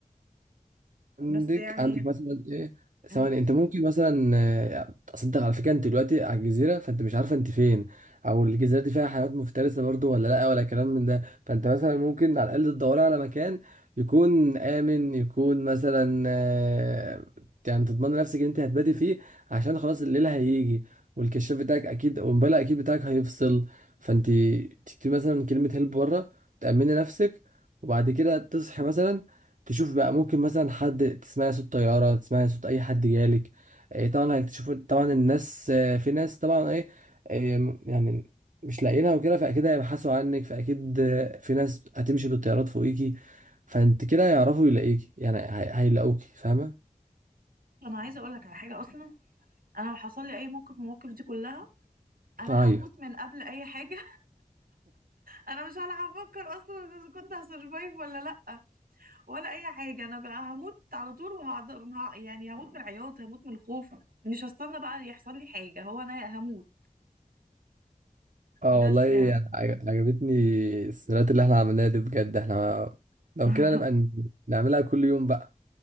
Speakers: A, on the right; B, on the right.
A: عندك
B: بس يعني
A: عندك مثلا ايه ثواني
B: أمم.
A: انت ممكن مثلا آه، اصدق على فكره انت دلوقتي على الجزيره فانت مش عارفه انت فين او الجزيره دي فيها حيوانات مفترسه برضو ولا لا ولا كلام من ده فانت مثلا ممكن على الاقل تدوري على مكان يكون امن يكون مثلا آه، يعني تضمن نفسك ان انت هتباتي فيه عشان خلاص الليل هيجي والكشاف بتاعك اكيد والموبايل اكيد بتاعك هيفصل فانت تكتبي مثلا كلمه هيلب بره تامني نفسك وبعد كده تصحي مثلا تشوف بقى ممكن مثلا حد تسمعي صوت طيارة تسمعي صوت أي حد جالك إيه طبعا هيكتشفوا طبعا الناس آه، في ناس طبعا إيه إيه، م- يعني مش لاقيينها وكده فأكيد هيبحثوا عنك فأكيد آه، في ناس هتمشي بالطيارات فوقيكي فأنت كده هيعرفوا يلاقيكي يعني هي- هيلاقوكي فاهمة؟
B: انا عايزه اقول لك على حاجه اصلا انا لو حصل لي اي موقف من المواقف دي كلها انا
A: أيوه
B: هموت من قبل اي حاجه انا مش هلعب افكر اصلا اذا كنت هسرفايف ولا لا ولا اي حاجه انا بقى هموت على طول وهقعد ه- يعني هموت من العياط هموت من الخوف مش هستنى بقى يحصل لي حاجه هو انا هموت
A: اه
B: بس
A: والله يعني
B: يعني
A: عج- عجبتني السيناريوهات اللي احنا عملناها دي بجد احنا لو
B: <laughs>
A: كده نبقى نعملها كل يوم بقى